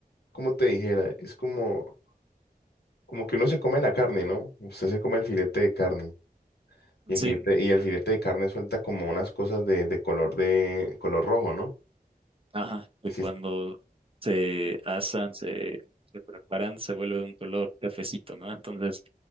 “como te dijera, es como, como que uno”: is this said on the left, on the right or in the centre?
Left